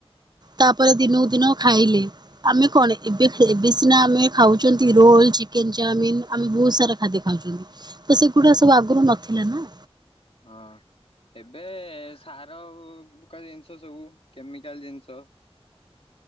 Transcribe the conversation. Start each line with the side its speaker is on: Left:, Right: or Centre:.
Right: ତାପରେ ଦିନକୁ ଦିନ ଖାଇଲେ। ଆମେ କଣ ଏବେ ଏବେ ସିନା ଆମେ ଖାଉଚନ୍ତି ରୋଲ ଚିକେ ଚାଉମିନ ଆମେ ବହୁତ ସାରା। ଖାଦ୍ୟ ଖାଉଛନ୍ତି ତ ସେଗୁଡା ସବୁ ଆଗରୁ ନଥିଲା ନା।
Left: ହଁ। ଏବେ ସାର ପ୍ରକାର ଜିନିଷ ସବୁ କେମିକାଲ ଜିନିଷ।